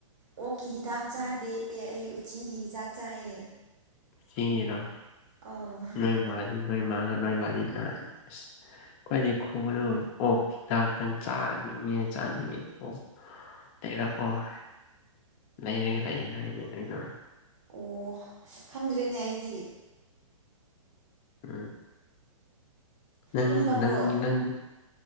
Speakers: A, on the right; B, on the left.
A: ꯑꯣꯛꯀꯤ ꯍꯤꯗꯥꯛ ꯆꯥꯗꯦ ꯑꯩ ꯎꯆꯤꯒꯤ ꯍꯤꯗꯥꯛ ꯆꯥꯏꯌꯦ
B: ꯁꯤꯒꯤꯔꯣ
A: ꯑꯣ
B: ꯅꯣꯏ ꯃꯥꯗꯤ ꯅꯣꯏ ꯃꯥꯒ ꯅꯣꯏ ꯕꯥꯗꯤ ꯅꯍꯥꯟ ꯈ꯭ꯋꯥꯏꯗꯒꯤ ꯈꯨꯕ ꯂꯨꯕꯗ ꯑꯣꯛ ꯍꯤꯗꯥꯛꯇꯪ ꯆꯥꯅꯤꯡꯉꯦ ꯆꯥꯅꯤꯡꯉꯦ ꯑꯣꯛ ꯂꯩꯔꯛꯑꯣꯏ ꯂꯩꯔꯒ ꯂꯩ ꯍꯥꯏꯅꯦ ꯑꯗꯨꯗꯣ
A: ꯑꯣ ꯈꯪꯗ꯭ꯔꯦꯅꯦ ꯑꯩꯗꯤ
B: ꯎ ꯅꯪ
A: ꯇꯨꯝꯂꯕ꯭ꯔꯣ
B: ꯅꯪ ꯅꯪ